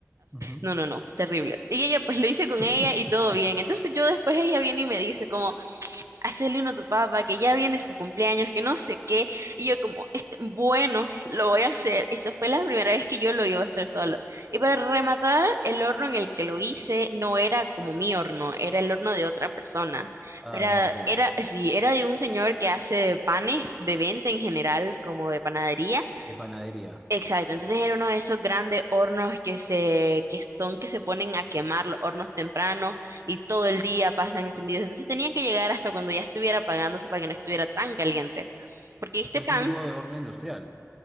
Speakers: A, in the centre; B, on the right.
A: Ujú.
B: no, no, no, terrible. Y ella, pues lo hice con
A: <laughs>
B: ella y todo bien. Entonces yo después ella viene y me dice como, hacerle uno a tu papá, que ya viene su cumpleaños, que no sé qué. Y yo como, este, bueno, lo voy a hacer. Esa fue la primera vez que yo lo iba a hacer solo. Y para rematar, el horno en el que lo hice no era como mi horno, era el horno de otra persona.
A: Ah,
B: Era,
A: no, horrible.
B: era, sí, era de un señor que hace panes de venta en general, como de panadería
A: De panadería.
B: Exacto, entonces era uno de esos grandes hornos que se, que son que se ponen a quemar los hornos temprano y todo el día pasan encendidos. Entonces tenían que llegar hasta cuando ya estuviera apagándose para que no estuviera tan caliente. Porque este
A: Es
B: pan,
A: un tipo de horno industrial.